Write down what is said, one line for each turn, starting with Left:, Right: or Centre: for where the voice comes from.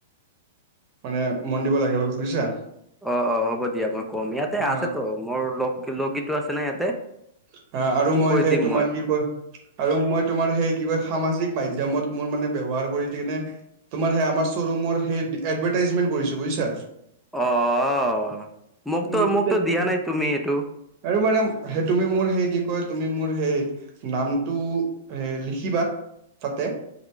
Right: মানে মন দিব লাগে হ'ল বুজিছা।
Centre: অঁ, অঁ, হ'ব দিয়া মই কম, ইয়াতে
Right: অ
Centre: আছেতো মোৰ লগ লগী আছে নাই ইয়াতে।
Right: অঁ, আৰু মই
Centre: কৈ
Right: সেই
Centre: দিম
Right: তোমাৰ কি কয়- আৰু মই তোমাৰ সেই কিবা সামাজিক মাধ্যমত মোৰ মানে ব্যৱহাৰ কৰি কিনে- তোমাৰ সেই আমাৰ শ্বৰুমৰ সেই এডভাৰটাইজমেণ্ট কৰিছো বুজিছা।
Centre: অঁ, অঁ, মোক
Right: উম,
Centre: তো মোকতো
Right: তে তুম
Centre: দিয়া নাই তুমি এইটো।
Right: আৰু মানে সেই- তুমি মোৰ সেই কি কয়, তুমি মোৰ সেই নামটো এ লিখিবা। তাতে।